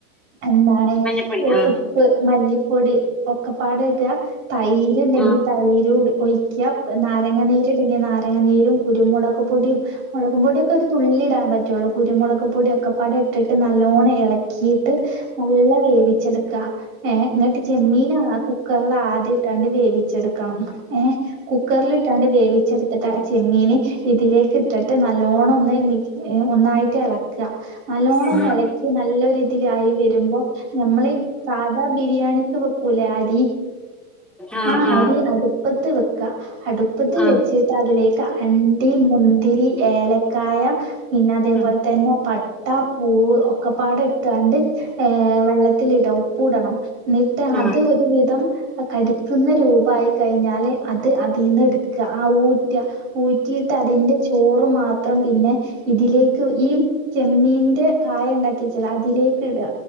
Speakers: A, on the right (about 30°); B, in the centre.
A: എന്താണ്
B: മഞ്ഞപ്പൊടി
A: ഉ
B: ആഹ്
A: ഉപ്പ്, മല്ലിപ്പൊടി, ഒക്കെപ്പാടെ ഇടാ തൈര്ണ്ടെങ്കി
B: ആഹ്
A: തൈര്ടു ഒയി ഒഴിക്കാ നാരങ്ങ നീര്ണ്ടെങ്കി നാരങ്ങനീരും കുരുമുളക് പൊടിം മൊളകും പൊടിയൊക്കെ ഒരു തുള്ളിയിടാൻ പറ്റുള്ളൂ കുരുമുളക് പൊടി- ഒക്കെപ്പാട് ഇട്ടിട്ട് നല്ലോണം എളക്കിയിട്ട് നല്ല വേവിച്ചെടുക്കാ ഏഹ് ഇങ്ങട്ട് ചെമ്മീനാണാ കുക്കറില് ആദ്യം ഇട്ടാണ്ട് വേവിച്ചെടുക്കണം കുക്കറലിട്ടാണ്ട് വേവിച്ചെടുത്തിട്ട് അഹ് ചെമ്മീന് ഇതിലേക്ക് ഇട്ടിട്ട് നല്ലോണം ഒന്ന് മി ഏഹ് ഒന്നായിട്ട് എളക്ക നല്ലോണൊന്ന്
B: ആഹ്
A: എളക്കി നല്ല ഒരു ഇതിലായി വെരുമ്പം ഞമ്മളീ സാധാ ബിരിയാണിക്ക് വെക്കൂലേ അരി?
B: ആഹ്
A: ആ
B: ആഹ്
A: അരി അടുപ്പത്ത് വെക്ക അടുപ്പത്ത്
B: ആഹ്
A: വെച്ച് ന്ന്ട്ട് അതിലേക്ക് അണ്ടി, മുന്തിരി, ഏലക്കായ, പിന്നെ അതേപോൽ
B: ആഹ്
A: തന്നെ പട്ട പട്ട, പൂവ് ഒക്കെപ്പാടെ ഇട്ടാണ്ട് ഏഹേ വെള്ളത്തില്ടാ ഉപ്പുടണം ഇന്നിട്ട്
B: ആഹ് ആഹ്
A: അത് ഒരു വിധം അത് കടിക്കുന്ന രൂപവായി കഴിഞ്ഞാല് അത് അതീന്ന് എടുക്കുക ആഹ് ഊറ്റുക ഊ ഊട്ടിയിട്ട് അതിന്റെ ചോറ് മാത്രം പിന്നെ ഇതിലേക്ക് ഈ- ചെമ്മീന്റെ കായ ഇണ്ടാക്കി വെച്ചില്ലേ അതിലേക്ക് ഇടുക